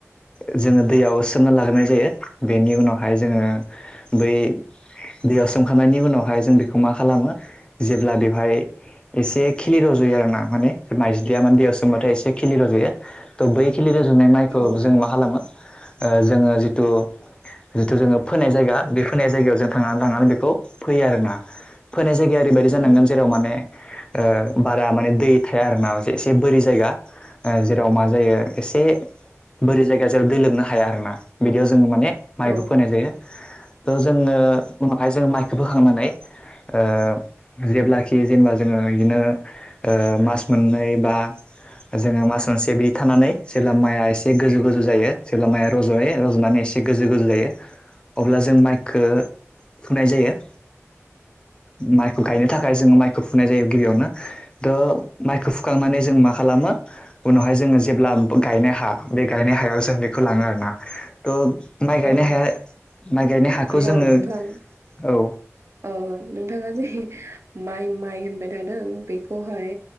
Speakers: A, on the left (about 20°); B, on the right (about 60°).
A: ओ जोङो दैयाव सोमना लाग्रोनाय जायो बेनि उनावहाय जोङो बै दैयाव सोमखांनायनि उनावहाय जों बेखौ मा खालामो जेब्ला बेवहाय एसे खिलि रज'यो आरो ना माने माइज्लिया माने दैयाव सोमबाथाय एसे खिलि रज'यो थ' बै खिलि रज'नाय माइखौ
B: औ
A: जों मा खालामो ओ जोङो जिथु जिथु जोङो फोनाय जायगा बे फोनाय जायगायाव जों थांना थांनानै बेखौ फैयो आरो ना फोनाय जायगाया ओरैबायदि जानांगोन
B: औ
A: जेराव माने ओ बारा माने दै थाया आरो ना एसे एसे बोरि जायगा ओ जेराव मा जायो एसे बोरै जायगा जेर दै लोबनो हाया आरो ना बिदियाव जोङो माने माइखौ
B: औ
A: फोनाय जायो त' जोङो ओ माखाय जोङो माइखौ फोखांनानै ओ जेब्लाखि जेनेबा जोङो बिदिनो ओ मास मोननै बा जोङो मास मोनसे बि थानानै जेब्ला माइआ एसे गोजौ गोजौ जायो जेब्ला माइया रज'यो रज'नानै एस से गोजौ गोजौ जायो अब्ला जों माइखो फुनाय जायो। माइखौ गायनो थाखाय जोङो माइखौ फुनाय जायो गिबियावनो। थ' माइखौ फुखांनानै जों मा खालामो उनावहाय जोङो जेब्ला गायनायहा बे गायनाय हायाव जों बेखौ लाङो आरोना। थ' माइ गायनाय
B: औ
A: हाया माइ गायनाय हाखौ
B: र'
A: जोङो
B: नोंथां
A: औ।
B: ओ नोंथाङा जे माइ माइ होनबाय थादों बेखौहाय